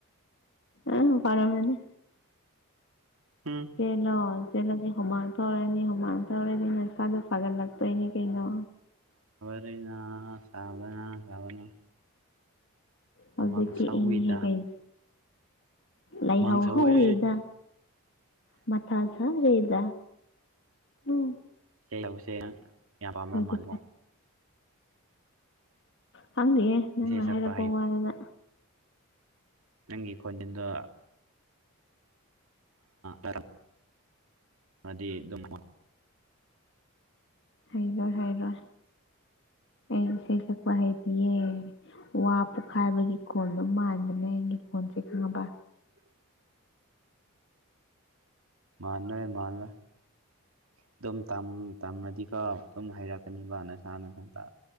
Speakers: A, on the left; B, on the right.
A: ꯑ ꯐꯔꯃꯅꯤ
B: ꯍꯨꯝ
A: ꯆꯦꯟꯂꯣ ꯆꯦꯟꯂꯗꯤ ꯍꯨꯃꯥꯡ ꯊꯣꯛꯔꯅꯤ ꯍꯨꯃꯥꯡ ꯊꯣꯛꯑꯗꯤ ꯅꯁꯥꯗꯨ ꯐꯒꯠ ꯂꯥꯛꯇꯣꯏ ꯅꯦ ꯀꯩꯅꯣ
B: ꯂꯣꯏꯅꯥ ꯁꯥꯕꯅ ꯁꯥꯕꯅ ꯍꯨꯃꯥꯡ
A: ꯍꯧꯖꯤꯛꯇꯛꯇꯤ
B: ꯁꯧꯋꯤꯗ
A: ꯏ ꯍꯦꯛ ꯀꯩꯅ ꯂꯩꯥꯏ
B: ꯍꯨꯃꯥꯡ
A: ꯍ
B: ꯁꯧꯋꯦ
A: ꯍꯗ ꯃꯊꯥꯖ ꯔꯦꯗꯥ ꯎꯝ
B: ꯏꯁꯩ ꯍꯧꯧꯁꯦ ꯌꯥꯝ ꯄꯥꯝꯕ
A: ꯑꯗꯨ
B: ꯃꯥꯜꯂꯣ
A: ꯈꯪꯅꯤꯑꯦ ꯅꯪꯅ
B: ꯏꯁꯩ ꯁꯛꯄ
A: ꯍꯥꯏꯔꯛꯄ ꯋꯥꯗꯅ
B: ꯅꯪꯒꯤꯀꯣꯟꯗꯗꯨ ꯑꯔꯝ ꯃꯗꯤ ꯑꯗꯨꯃ
A: ꯍꯩꯔꯣꯏ ꯍꯥꯏꯔꯣꯏ
B: ꯑ
A: ꯑꯩ ꯏꯁꯩ ꯁꯛꯄ ꯍꯩꯗꯤꯌꯦ ꯋꯥ ꯄꯣꯛꯈꯥꯏꯕꯒꯤ ꯈꯣꯟꯗꯣ ꯃꯥꯟꯕꯗꯅꯦ ꯑꯩꯒꯤ ꯈꯣꯟꯜ ꯈꯉꯕ
B: ꯎ ꯃꯥꯜꯂꯣꯏ ꯃꯥꯜꯂ ꯑꯗꯨꯝ ꯇꯅꯗꯤ ꯀ ꯑꯗꯨꯝ ꯍꯩꯔꯛꯀꯅꯤꯕ ꯅꯁꯥꯅꯊꯟꯇ